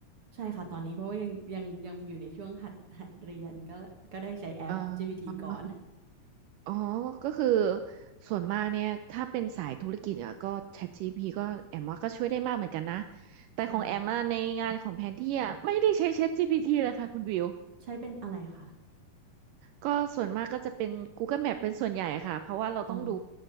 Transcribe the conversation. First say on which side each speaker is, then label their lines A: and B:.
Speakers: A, on the right (about 45°); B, on the right (about 80°).
A: ใช่ค่ะตอนนี้เพราะว่ายังยังยังอยู่ในช่วงหัดหัดเรียนก็ก็ได้ใช้แอป
B: อ่า
A: GPT
B: อ
A: ก่อน
B: อ๋อ ก็คือส่วนมากเนี่ยถ้าเป็นสายธุรกิจอะก็ ChatGPT ก็แอมว่าก็ช่วยได้มากเหมือนกันนะ แต่ของแอมอะในงานของแผนที่อะไม่ได้ใช้
A: ใช่
B: ChatGPT เลยค่ะคุณวิว
A: ใช้เป็นอะไรคะ
B: ก็ส่วนมากก็จะเป็น Google Map เป็นส่วนใหญ่ค่ะเพราะว่าเราต้องดู
A: อ๋อ